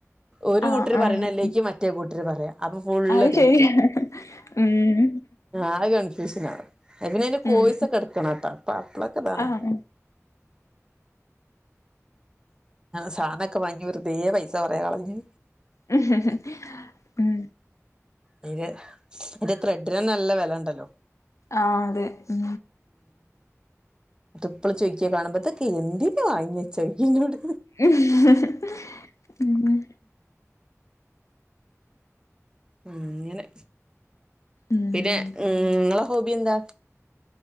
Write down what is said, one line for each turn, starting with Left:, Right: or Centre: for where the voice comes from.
Right: ഒരു
Left: ആഹ്
Right: കൂട്ടർ പറയണ
Left: ആഹ്
Right: അല്ലേക്കും മറ്റേ കൂട്ടർ പറയാം അപ്പൊ ഫുള്ള്
Left: അത്
Right: തെറ്റും
Left: ശരിയാ ഉം
Right: ആകെ കൺഫ്യൂഷൻ ആകും പിന്നെതി
Left: ഉം
Right: വോയ്സ കെടക്കണട്ടാ അപ്പൊ അപ്പളൊക്കെ ഇതാണ്
Left: ആഹ്
Right: സാധനൊക്കെ വാങ്ങി വെറുതെ പൈസ കുറേ കളഞ്ഞു
Left: ഹ് ഹ് ഹ്
Right: അതിര് അന്റെ ത്രെഡിനന്നെ നല്ല വെലണ്ടല്ലോ
Left: ആ അതെ ഉ
Right: ഇപ്പള ചൊയ്ക്കെ കാണുമ്പോഴത്തേക്കെ ഇതൊക്കെന്തിന് വാങ്യെച്ചാചൊയ്ക്കുന്നോട്
Left: ഹ് ഹ് ഹ് ഉ
Right: ഉ അങ്ങനെ
Left: ഉം
Right: പിന്നെ ങ്ങളെ ഹോബി എന്താ